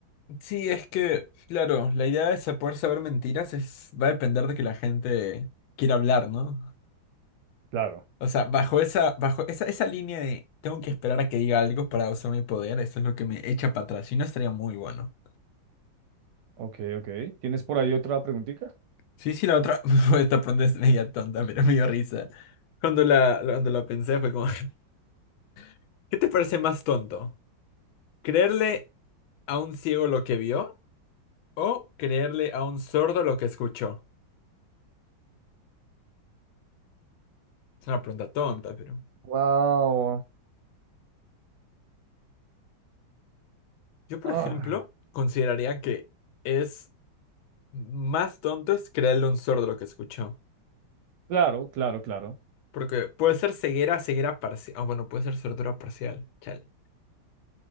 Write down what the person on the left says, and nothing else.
Sí, es que, claro, la idea de sa- poder saber mentiras es, va a depender de que la gente quiera hablar, ¿no?
O sea, bajo esa, bajo esa, esa línea de tengo que esperar a que diga algo para usar mi poder, eso es lo que me echa para atrás. Si no, estaría muy bueno.
Sí, sí, la otra, <laughs> esta pregunta es media tonta, pero me dio risa. Cuando la, la- cuando la pensé fue como, <laughs> ¿qué te parece más tonto? ¿Creerle a un ciego lo que vio o creerle a un sordo lo que escuchó? Es una pregunta tonta, pero...
Yo, por
ejemplo, consideraría que es más tonto es creerle un sordo lo que escuchó.
Porque puede ser ceguera, ceguera parcial. Ah, bueno, puede ser sordura parcial. Chale.